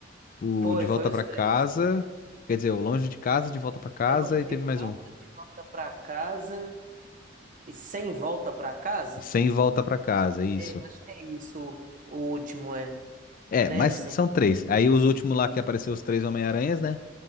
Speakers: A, on the left; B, on the right.
A: O
B: Foi,
A: De Volta
B: foi os
A: Pra
B: três.
A: Casa, quer dizer, o Longe de Casa, De Volta Pra Casa
B: É longe
A: e teve
B: de
A: mais
B: casa,
A: um.
B: de volta pra casa e sem volta pra casa?
A: E Sem Volta Pra Casa, isso.
B: É, eu acho que é isso. O, o último é.
A: É,
B: Um trem
A: mas
B: assim.
A: são três. Aí os últimos lá que apareceu os três Homem-Aranhas, né?